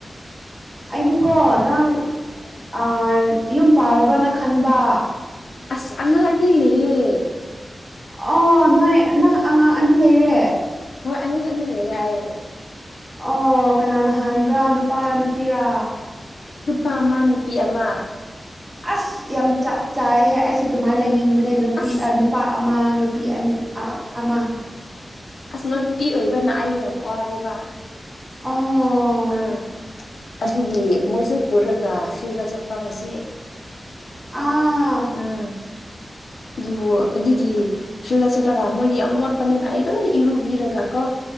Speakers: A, on the right; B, on the left.
A: ꯑꯩꯗꯤꯀꯣ ꯅꯪ ꯑ ꯌꯨꯝ ꯄꯥꯂꯕ꯭ꯔꯅ ꯈꯟꯕ
B: ꯑꯁ ꯑꯉꯥꯡ ꯑꯅꯤ ꯂꯩꯌꯦ
A: ꯑꯣ ꯅꯣꯏ ꯅꯪ ꯑꯉꯥꯡ ꯑꯅꯤ ꯂꯩꯔꯦ
B: ꯍꯣꯏ ꯑꯉꯥꯡ ꯑꯅꯤ ꯂꯩꯌꯦ ꯍꯥꯌꯦ
A: ꯑꯣ ꯀꯅꯥꯅ ꯍꯥꯟꯕ꯭ꯔꯥ ꯅꯨꯄꯥꯔ ꯅꯨꯄꯤꯔ
B: ꯅꯨꯄꯥ ꯑꯃ ꯅꯨꯄꯤ ꯑꯃ
A: ꯑꯁ ꯌꯥꯝ ꯆꯛ ꯆꯥꯏꯍꯦ ꯑꯩꯁꯨ ꯑꯗꯨꯃꯥꯏꯅ ꯂꯩꯅꯤꯡꯕꯅꯦ ꯅꯨꯄꯤ
B: ꯑꯁ
A: ꯅꯨꯄꯥ ꯃ ꯅꯨꯄꯤ ꯑꯟ ꯑ-ꯑꯃ
B: ꯑꯁ ꯅꯣꯇꯤ ꯑꯣꯏꯕꯅ ꯑꯩꯕ ꯋꯥꯔꯦꯕ
A: ꯑꯣꯍꯣ
B: ꯎꯝ ꯑꯗꯨꯒꯤ ꯃꯣꯏꯁꯨ ꯄꯨꯔꯒ ꯐꯤꯗ ꯆꯠꯄ ꯉꯁꯤ
A: ꯑꯥ
B: ꯎꯝ ꯑꯗꯨꯕꯨ ꯑꯗꯨꯒꯤ ꯐꯤꯜꯗ ꯆꯠꯇ꯭ꯔꯀꯥꯟꯗ ꯃꯣꯏꯗꯤ ꯌꯥꯝ ꯃꯣꯠꯄꯅꯦꯅ ꯑꯩ ꯂꯣꯏꯅ ꯏꯔꯨꯕꯤꯔꯒ ꯀꯣ